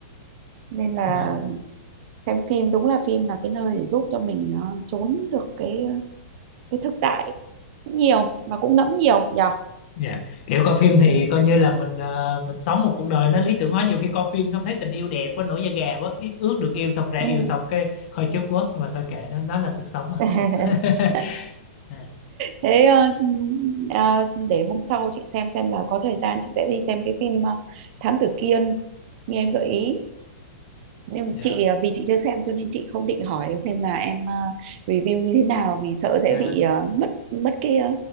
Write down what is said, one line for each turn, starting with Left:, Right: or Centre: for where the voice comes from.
Right: nên là
Left: Nên-
Right: xem phim đúng là phim là cái nơi để giúp cho mình ờ, trốn được cái ờ, cái thực tại nhiều mà cũng ngẫm nhiều nhở
Left: dạ kiểu coi phim thì
Right: ừ.
Left: coi như là mình ờ, mình sống một cuộc đời nó lý tưởng hóa nhiều khi coi phim xong thấy tình yêu đẹp quá nổi da gà quá ý- ước được yêu xong ra
Right: Ừ.
Left: yêu xong cái hơi chớp quất mà thôi kệ nó nó là cuộc sống mà
Right: <laughs>
Left: <laughs> à,
Right: thế ờ, ờ, để hôm sau chị xem xem là có thời gian chị sẽ đi xem cái phim ờ, Thám Tử Kiên như em gợi ý nhưng
Left: dạ
Right: chị ờ, vì chị chưa xem cho nên chị không định hỏi xem là em ờ, review như thế nào vì sợ sẽ
Left: à,
Right: bị ờ, mất mất cái ờ,